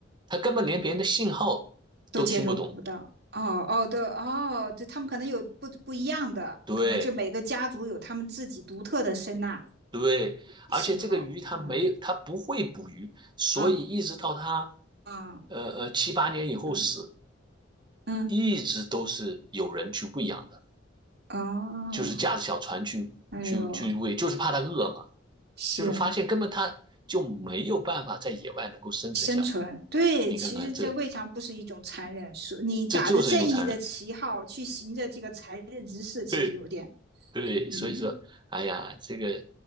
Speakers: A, on the right; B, on the right.
A: 它根本连别人的信号都听不懂。
B: 都接受不到。哦哦，对哦，对，他们可能有不不一样的，
A: 对。
B: 可能就每个家族有他们自己独特的声呐
A: 对，
B: 型号，
A: 而且这个鱼它没，
B: 嗯。
A: 它不会捕鱼，所以一直到它，
B: 啊啊，
A: 呃呃七八年以后死，
B: 嗯嗯，
A: 一直都是有人去喂养的，
B: 哦，
A: 就是驾着小船去去去喂，
B: 哎呦，
A: 就是怕它饿嘛，
B: 是
A: 就是发现根本它就没有办法在野外能够生存下来。
B: 生存。对，
A: 你看看这，
B: 其实这未尝不是一种残忍，是你打着正义的旗号去行着这个残忍之事，
A: 这就是一种残忍。
B: 其实有点，
A: 对。对，
B: 嗯
A: 所以说，哎呀，这个